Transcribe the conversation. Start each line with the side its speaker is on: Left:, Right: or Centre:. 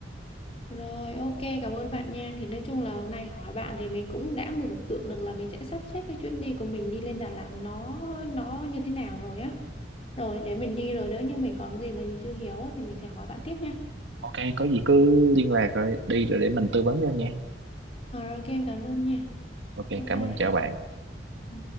Left: Rồi, ok, cảm ơn bạn nha. Thì nói chung là hôm nay hỏi bạn thì mình cũng đã mường tượng được là mình sẽ sắp xếp cái chuyến đi của mình đi lên Đà Lạt nó nó như thế nào rồi á. Rồi, để mình đi rồi nếu như mình còn gì mà mình chưa hiểu á thì mình sẽ hỏi bạn tiếp nha.
Right: ok có gì cứ liên lạc rồi đi rồi để mình tư vấn cho nha
Left: Rồi, ok, em cảm ơn nha.
Right: ok
Left: Bye
Right: cảm
Left: bye.
Right: ơn chào bạn
Left: Ừ.